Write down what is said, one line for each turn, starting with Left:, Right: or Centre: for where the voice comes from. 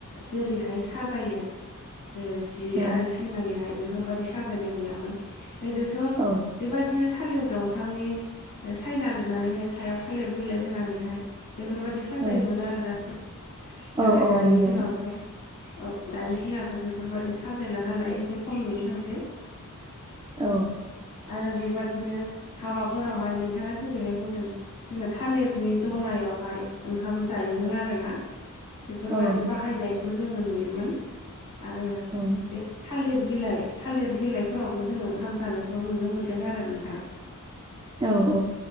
Left: जेरैहाय साजायो ओ जि
Right: औ
Left: आरो सोंनानैहाय बेफोरबायदि साजायनाय गैयामोन गोदोथ'
Right: औ
Left: बेबायदिनो थालिर दंफांनि सायना लुनानैहाय सायाव थालिर बिलाइ होनानैहाय बेफोरबायदि साजायोमोन
Right: औ
Left: आरोना नाथाय
Right: औ औ
Left: दानि
Right: नंगौ
Left: दिनावथ' औ दानि दिनाथ' बेफोरबायाददि साजायला नालाय एसे खम नुनो थांसै
Right: औ
Left: आरो बेबादिनो हाबाफोरावहाय नोंथाङा जेरैहाय बुंदों जोङो थालिरनि दनायावहाय
Right: औ
Left: ओंखाम जायोमोन आरोना बेफोरबादि
Right: औ
Left: बाहायनायखौ जोङो नुयोमोन आरो
Right: औ
Left: बे थालिर बिलाइ थालिर बिलाइफोरावबो जोङो ओंखाम जानायखौ नुनो मोन्दों आरो नोंथां
Right: औ